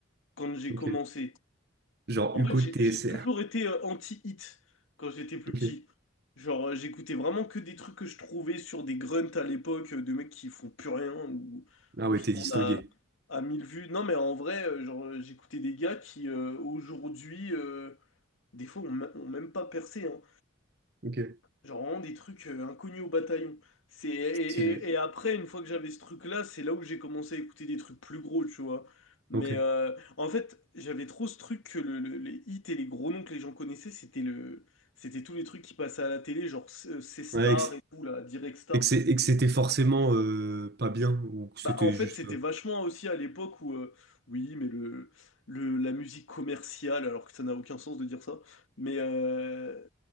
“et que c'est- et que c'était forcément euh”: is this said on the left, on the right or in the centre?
Right